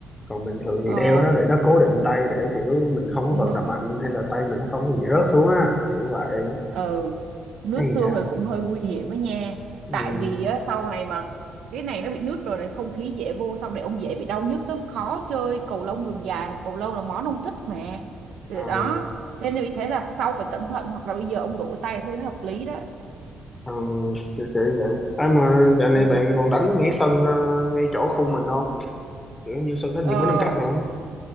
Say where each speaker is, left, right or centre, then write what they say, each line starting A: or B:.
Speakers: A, on the left; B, on the right.
A: còn bình thường
B: ờ,
A: thì đeo nó để nó cố định tay để kiểu mình không có
B: đúng
A: vận
B: rồi.
A: động mạnh hay là tay mình nó không có bị rớt xuống á kiểu vậy
B: ừ nước
A: hay
B: xương
A: da
B: thì cũng hơi nguy hiểm đó nha
A: ừ.
B: tại vì á, sau này mà cái này nó bị nước rồi này không khí dễ vô sau này ông dễ bị đau nhức lắm khó chơi cầu lông đường dài mà cầu lông là món ông thích mà thì
A: ờ,
B: đó nên là vì thế là sau phải cẩn thận hoặc là bây giờ ông đổi tay thế hợp lý đó
A: ờ, kiểu kiểu vậy à, mà dạo này
B: Ừ.
A: bạn còn đánh ngay sân ờ, ngay chỗ khu mình không kiểu như sân đó
B: ờ,
A: như mới nâng cấp hả